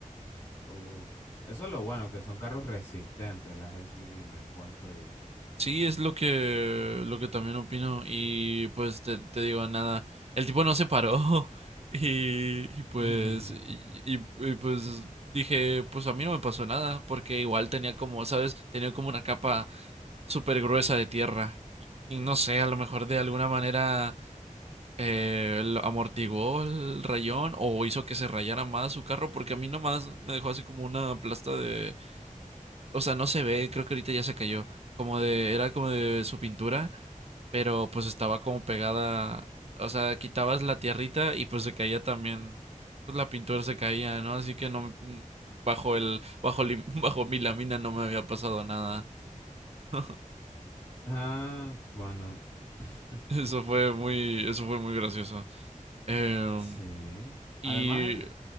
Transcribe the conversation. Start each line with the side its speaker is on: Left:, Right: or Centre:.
Left: Uf, eso es lo bueno, que son carros resistentes las SUV, me encuentro yo.
Right: sí, es lo que, lo que también opino y pues te, te digo nada, el tipo no se paró <laughs> y, y pues,
Left: <laughs>
Right: y, y- y, pues dije, pues a mí no me pasó nada porque igual tenía como, ¿sabes? Tenía como una capa súper gruesa de tierra y y no sé, a lo mejor de alguna manera eh, el- amortiguó el rayón o hizo que se rayara más su carro, porque a mí nomás me dejó así como una plasta de, o sea, no se ve, creo que ahorita ya se cayó, como de, era como de su pintura, pero pues estaba como pegada, o sea, quitabas la tierrita y pues se caía también, pues la pintura se caía, ¿no? Así que no, mm, bajo el, bajo, lim- <laughs> bajo mi lámina no me había pasado nada. <laughs>
Left: Ah, bueno. <laughs>
Right: Eso fue muy, eso fue muy gracioso. Em,
Left: Sí.
Right: y
Left: Además, él,